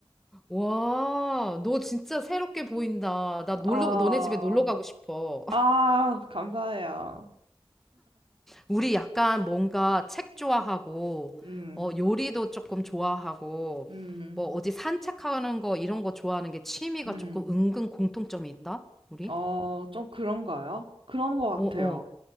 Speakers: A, in the centre; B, on the right.
A: 와, 너 진짜 새롭게 보인다. 나 놀러,
B: 아,
A: 너네 집에 놀러 가고 싶어. <laughs>
B: 아, 감사해요.
A: 우리 약간 뭔가 책 좋아하고,
B: 음,
A: 어, 요리도 조금 좋아하고,
B: 음,
A: 뭐 어디 산책하는 거 이런 거 좋아하는 게 취미가
B: 음.
A: 조금 은근 공통점이 있다, 우리?
B: 어, 좀 그런가요? 그런 것 같아요.
A: 어어.